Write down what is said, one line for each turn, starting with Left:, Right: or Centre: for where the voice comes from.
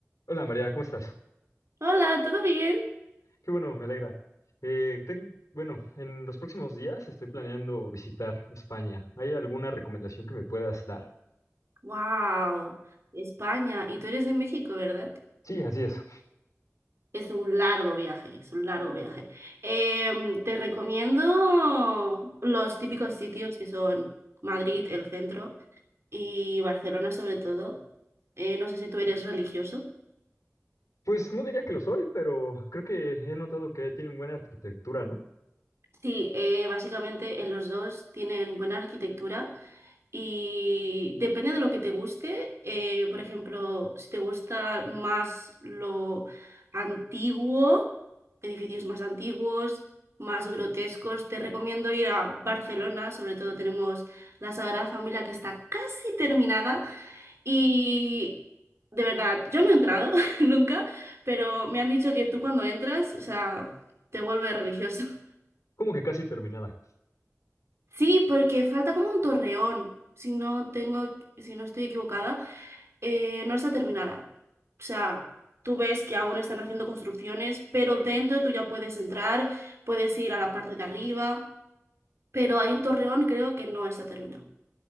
Left: Hola María, ¿cómo estás?
Right: Hola, ¿todo bien?
Left: Qué bueno, me alegra. Eh, ten- bueno, en los próximos días estoy planeando visitar España. ¿Hay alguna recomendación que me puedas dar?
Right: Wow, España. Y tú eres de México, ¿verdad?
Left: Sí, así es.
Right: Es un largo viaje, es un largo viaje. Em, te recomiendo los típicos sitios que son Madrid, el centro, y Barcelona sobre todo. Eh, no sé si tú eres religioso.
Left: Pues no diría que lo soy, pero creo que he notado que tienen buena arquitectura, ¿no?
Right: Sí, eh, básicamente en los dos tienen buena arquitectura Y depende de lo que te guste. eh, por ejemplo, si te gusta más lo antiguo, edificios más antiguos, más grotescos, te recomiendo ir a Barcelona. Sobre todo tenemos la Sagrada Familia que está casi terminada. Y de verdad, yo no he entrado <laughs> nunca, pero me han dicho que tú cuando entras, o sea, te vuelve religioso. <laughs>
Left: Como que casi terminada.
Right: Sí, porque falta como un torreón, si no tengo, si no estoy equivocada. eh, no está terminada. O sea, tú ves que aún están haciendo construcciones, pero dentro tú ya puedes entrar, puedes ir a la parte de arriba, pero hay un torreón creo que no está terminado.